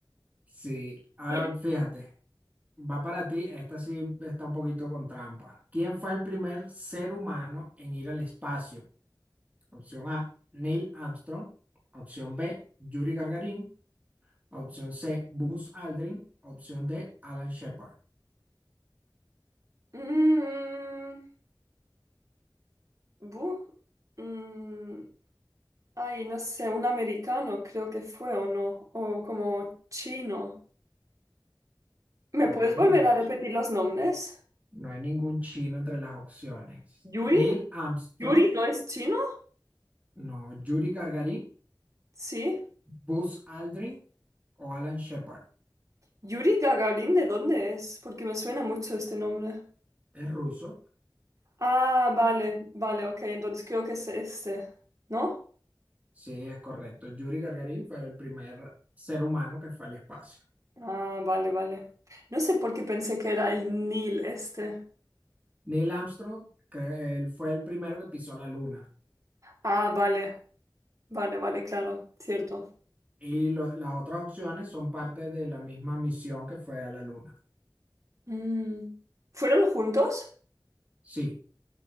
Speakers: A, on the right; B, on the right.
A: sí, ahora
B: Y-
A: fíjate, va para ti, esta sí está un poquito con trampa. ¿Quién fue el primer ser humano en ir al espacio? Opción A, Neil Armstrong. Opción B, Yuri Gagarin. Opción C, Buzz Aldrin. Opción D, Alan Shepard.
B: Mm, bu- mm, Ay, no sé, un americano creo que fue o no, o como chino. ¿Me
A: No
B: puedes
A: hay ningún
B: volver a repetir
A: chi-
B: los nombres?
A: No hay ningún chino entre las opciones.
B: Yuri,
A: Neil Armstrong,
B: Yuri no es chino,
A: no. Yuri Gagarin,
B: sí.
A: Buzz Aldrin o Alan Shepard.
B: Yuri Gagarin, ¿de dónde es? Porque me suena mucho este nombre.
A: Es ruso.
B: Ah, vale, vale, ok, entonces creo que es este, ¿no?
A: Sí, es correcto. Yuri Gagarin fue el primer ser humano que fue al espacio.
B: Ah, vale, vale. No sé por qué pensé que era el Nil este.
A: Neil Armstrong, que él fue el primero que pisó la luna.
B: Ah, vale, vale, vale, claro, cierto.
A: Y lo- las otras opciones son parte de la misma misión que fue a la luna.
B: Mm. ¿Fueron juntos?
A: Sí.